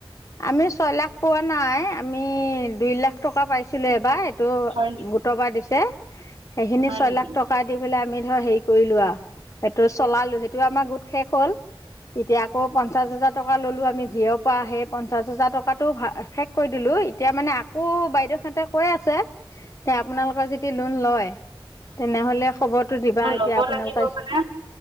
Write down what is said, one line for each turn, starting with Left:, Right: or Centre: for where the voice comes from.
Left: আমি ছয় লাখ পোৱা নাই আমি দুই লাখ টকা পাইছিলো এইবাৰ এইটো
Right: হয় নেকি
Left: ভুটৰবাৰ দিছে সেইখিনি
Right: হয়
Left: ছয়
Right: নেকি
Left: লাখ টকা দি পেলাই আমি ধৰা হেৰি কৰিলো আৰু সেইটো চলালো সেইটো আমাৰ গোট শেষ হ'ল এতিয়া আকৌ পঞ্চ হাজ টকা ললো আমি আমি ভিয় পৰা সেই পঞ্চাছ হাজাৰ টকাটো শেষ কৰি দিলোঁ এতিয়া মানে। আকৌ বাইদেউহেঁতে কৈ আছে। তে আপোনালোকৰ যদি লোন লয় তেনেহলে খবৰটো দিবা
Right: ম
Left: এতিয়া
Right: ল'ব
Left: আপোনালোকে
Right: লাগিব মানে